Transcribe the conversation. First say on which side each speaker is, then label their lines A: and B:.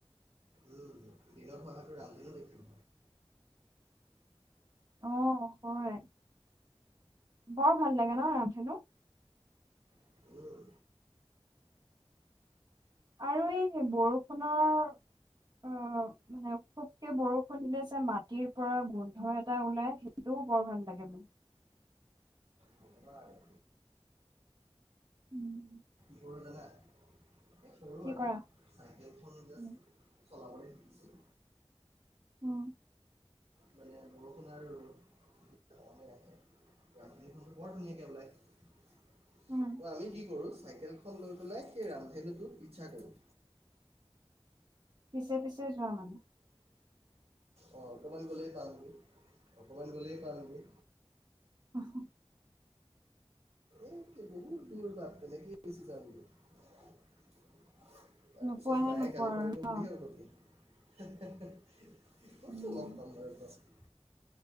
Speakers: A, on the right; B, on the right.
A: উম দিনত হোৱাহেঁতেন ৰান্ধনিও দেখিলোঁ
B: অ', হয়। বৰ ভাল লাগে ন ৰামধেনু।
A: উম
B: আৰু এই বৰষুণৰ আহ মানে, খুবকে বৰষুণ দিলে, যে মাটিৰ পৰা গোন্ধ এটা ওলাই সেইটোও বৰ ভাল লাগে মোৰ।
A: নক'বা আৰু।
B: উম।
A: বুদলৈ <inaudible> এই সৰু
B: কি
A: আৰু
B: কৰা?
A: চাইকেলখন যাষ্ট
B: উম,
A: চলাবলৈ শিকিছো।
B: অ'।
A: মানে বৰষুণ আৰু ৰ'দ যেতিয়া সমানে আহে ৰামধেনুখনটো বৰ ধুনীয়াকৈ ওলাইছে।
B: উম,
A: অ', আমি কি কৰো চাইকেলখন লৈ পেলাই সেই ৰামধেনুটোক পিচ্চা কৰো।
B: পিছে, পিছে যোৱা মানে।
A: অ', অকমান গ'লেই পামগৈ, অকমান গ'লেই পামগৈ।
B: <inaudible>
A: এই বহুত দূৰ বাট তেনেকে গুচি যাম। তাৰ
B: নোপোৱাহে
A: পিছত মায়ে
B: নোপোৱা
A: গালি পাৰিব
B: আৰু ন?
A: বুলিহে উভতি আহোঁ। <unintelligible> কতনো
B: উম,
A: লগ পাম বাৰু কোৱা চোন?